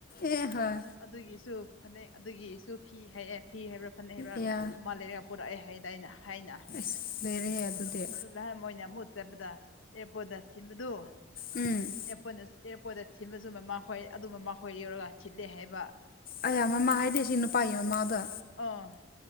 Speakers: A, on the left (about 45°); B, on the left (about 85°).
A: ꯑꯦ ꯍꯣꯏ꯫
B: ꯑꯗꯨꯒꯤꯁꯨ ꯐꯅꯦꯛ ꯑꯗꯨꯒꯤꯁꯨ ꯐꯤ ꯍꯥꯏꯌꯦ꯫ ꯐꯤ ꯍꯥꯏꯕ꯭ꯔꯥ ꯐꯅꯦꯛ ꯍꯥꯏꯕ꯭ꯔꯥ
A: ꯑꯌꯥ
B: ꯑꯃ ꯂꯩꯔꯒ ꯄꯨꯔꯛꯑꯦ ꯍꯥꯏꯌꯦꯗꯥꯏꯅ ꯍꯥꯏꯅ꯫
A: ꯑꯁ ꯂꯩꯔꯦꯍꯦ ꯑꯗꯨꯗꯤ꯫
B: <unintelligible> ꯃꯣꯏꯅ ꯑꯃꯨꯛ ꯆꯠꯄꯗ ꯑꯦꯔꯄꯣꯔꯠꯇ ꯊꯤꯟꯕꯗꯨ꯫
A: ꯎꯝ꯫
B: ꯑꯦꯔꯄꯣꯠꯅ ꯑꯦꯔꯄꯣꯠꯇ ꯊꯤꯟꯕꯁꯨ ꯃꯃꯥ ꯈꯣꯏ ꯑꯗꯨ ꯃꯃꯥꯈꯣꯏ ꯌꯥꯎꯔꯒ ꯊꯤꯜꯂꯦ ꯍꯥꯏꯌꯦꯕ꯫
A: ꯑꯌꯥ ꯃꯃꯥ ꯍꯥꯏꯗꯤ ꯁꯤ ꯅꯨꯄꯥꯥꯒꯤ ꯃꯃꯥꯗꯣ꯫
B: ꯑ꯫